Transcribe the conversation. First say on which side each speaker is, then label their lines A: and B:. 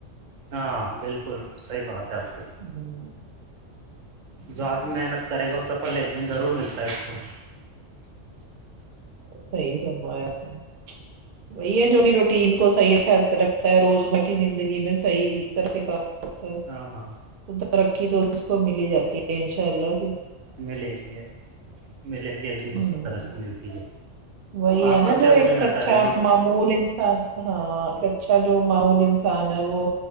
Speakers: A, on the right; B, on the right.
A: ہاں بالکل صحی بات ہے آپ کی
B: ہوں،
A: جو آد محنت کرے گا وہ سفل ایک دن ضرور ملتا ہے اس کو
B: صحی فرمایاپ نے وہی ہے جو روٹین کو صحیح خ رکھتا ہے روزمہ کی زندگی میں صحی طرح سے کا ست
A: ہاں ہاں ہاں
B: تو ترقی تو اس کو ملی جاتی ہے انشاء اللہ پھر
A: ملے گی ملے گی ایک دن اس
B: ہ
A: کو ترقی ملتی ہے
B: وہی
A: آپ
B: ہے نا
A: کا
B: جو
A: کیا روٹین
B: ایک
A: رہتا
B: اچھا
A: ہے ڈیلی کا
B: مول انسان ہاں ایک اچھا جو معمول انسان ہے وہ